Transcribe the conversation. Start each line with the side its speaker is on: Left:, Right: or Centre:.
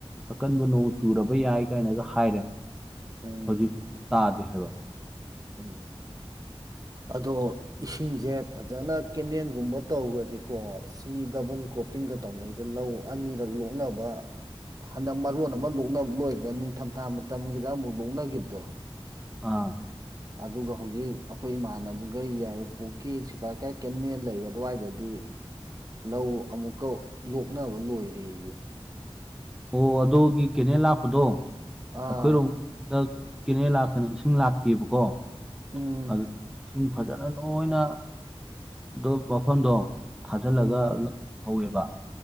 Centre: ꯑꯀꯟꯕ ꯅꯣꯡ ꯆꯨꯔꯕ ꯌꯥꯏ ꯀꯥꯏꯅꯒ ꯍꯥꯏꯔꯦ
Right: ꯎꯝ
Centre: ꯍꯧꯖꯤꯛ ꯇꯥꯗꯦ ꯍꯥꯏꯕ
Right: ꯎꯝ ꯑꯗꯣ ꯏꯁꯤꯡꯁꯦ ꯐꯖꯅ ꯀꯦꯅꯦꯜꯒꯨꯝꯕ ꯇꯧꯒꯔꯗꯤꯀꯣ ꯆꯤꯡꯃꯤ ꯗꯕꯟ ꯀ꯭ꯔꯣꯞꯄꯤꯡꯒ ꯇꯧꯅꯩꯗ ꯂꯧ ꯑꯅꯤꯔꯛ ꯂꯣꯛꯅꯕ ꯍꯟꯗꯛ ꯃꯔꯣꯟ ꯑꯃ ꯂꯣꯛꯅꯕ ꯂꯣꯏꯈ꯭ꯔꯦ ꯅꯤꯡꯊꯝꯊꯥ ꯃꯇꯝꯒꯤꯗ ꯑꯃꯨꯛ ꯂꯧꯅꯈꯤꯕꯗꯣ
Centre: ꯑꯥ
Right: ꯑꯗꯨꯒ ꯍꯧꯖꯤꯛ ꯑꯩꯈꯣꯏ ꯏꯃꯥꯟꯅꯕꯒꯩ ꯌꯥꯏꯔꯤꯄꯣꯛꯀꯤ ꯁꯤꯐꯥꯏ ꯂꯩꯀꯥꯏ ꯀꯦꯟꯅꯦꯟ ꯂꯩꯕ ꯑꯗꯨꯋꯥꯏꯗꯗꯤ ꯂꯧ ꯑꯃꯨꯛꯀ ꯂꯣꯛꯅꯕ ꯂꯣꯏꯔꯦꯌꯦ
Centre: ꯑꯣ ꯑꯗꯣꯒꯤ ꯀꯦꯅꯦꯟ ꯂꯥꯛꯄꯗꯣ
Right: ꯑꯥ
Centre: ꯑꯩꯈꯣꯏꯔꯣꯝ ꯗ ꯀꯦꯅꯦꯟ ꯂꯥꯛꯇꯅ ꯏꯁꯤꯡ ꯂꯥꯛꯇꯦꯕꯀꯣ
Right: ꯎꯝ
Centre: ꯑꯗꯨ ꯏꯁꯤꯡ ꯐꯖꯅ ꯂꯣꯏꯅ ꯑꯗꯨ ꯃꯐꯝꯗꯣ ꯊꯥꯖꯤꯜꯂꯒ
Right: ꯎꯝ
Centre: ꯂꯧ ꯍꯧꯋꯦꯕ